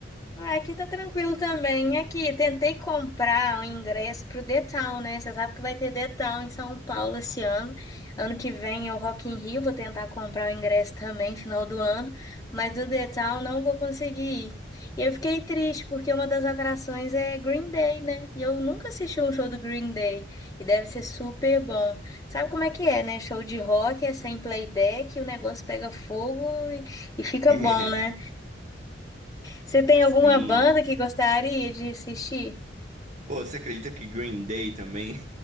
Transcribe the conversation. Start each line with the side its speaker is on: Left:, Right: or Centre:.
Left: Ah, aqui tá tranquilo também. Aqui, tentei comprar o ingresso pro The Town, né? Você sabe que vai ter The Town em São Paulo esse ano. Ano que vem é o Rock in Rio, vou tentar comprar o ingresso também, final do ano. Mas do The Town não vou conseguir ir. E eu fiquei triste, porque uma das atrações é Green Day, né? E eu nunca assisti um show do Green Day. E deve ser super bom. Sabe como é que é, né? Show de rock é sem playback, o negócio pega fogo e, e fica
Right: <laughs>
Left: bom, né? Você tem
Right: Sim.
Left: alguma banda que gostaria de assistir?
Right: Pô, você acredita que Green Day também?